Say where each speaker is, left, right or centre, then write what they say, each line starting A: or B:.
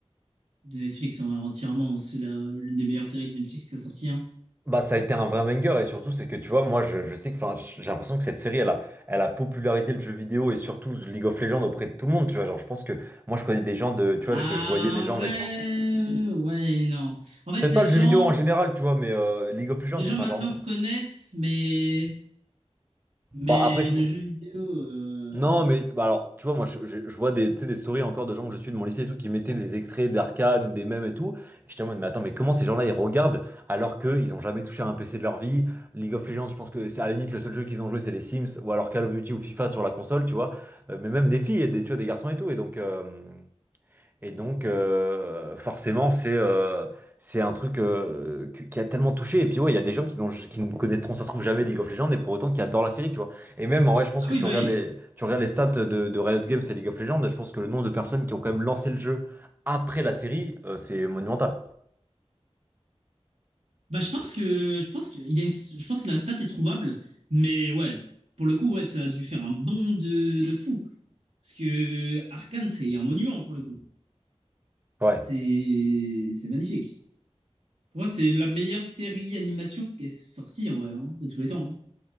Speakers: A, on the right (about 70°); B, on the right (about 20°).
A: de Netflix en vrai, entièrement. C'est la- l'une des meilleures séries de Netflix qui a sorti. hein.
B: Bah, ça a été un vrai banger et surtout c'est que tu vois moi je, je sais que enfin j'ai l'impression que cette série elle a elle a popularisé le jeu vidéo et surtout League of Legends auprès de tout le monde tu vois genre je pense que moi je connais des gens de tu vois
A: Ah,
B: que je voyais des
A: en
B: gens
A: vrai,
B: mettre un
A: ouais, non. En fait,
B: peut-être
A: les
B: pas le
A: gens,
B: jeu vidéo en général tu vois mais euh, League of Legends
A: les
B: tu
A: gens
B: vois,
A: maintenant
B: enfin genre
A: connaissent, mais, mais
B: bah après je,
A: le jeu vidéo. euh,
B: Non, mais bah alors, tu vois, moi, je, je- je vois des, tu sais, des stories encore de gens que je suis de mon lycée et tout qui mettaient des extraits d'Arcane ou des mèmes et tout. Et J'étais en mode, mais attends, mais comment ces gens-là ils regardent alors qu'ils ont jamais touché à un PC de leur vie? League of Legends, je pense que c'est à la limite le seul jeu qu'ils ont joué, c'est les Sims ou alors Call of Duty ou FIFA sur la console, tu vois. Euh, mais même des filles, et des, tu vois, des garçons et tout. Et donc, euh, et donc, euh, forcément, c'est euh, c'est un truc euh, qui qui a tellement touché. Et puis, ouais, il y a des gens qui, n'ont- qui ne connaîtront, ça se trouve, jamais League of Legends, et pour autant qui adorent la série, tu vois. Et même, en vrai, je pense
A: Ah
B: que
A: oui,
B: tu
A: bah
B: regardes
A: oui.
B: les, tu regardes les stats de, de Riot Games et League of Legends, et je pense que le nombre de personnes qui ont quand même lancé le jeu après la série, euh, c'est monumental.
A: Bah, je pense que, je pense que, il y a une- je pense que la stat est trouvable, mais ouais, pour le coup, ouais, ça a dû faire un bond de, de fou. Parce que Arcane, c'est un monument pour le coup.
B: Ouais.
A: C'est, c'est magnifique. Pour moi, c'est la meilleure série animation qui est sortie en vrai, hein, de tous les temps. hein.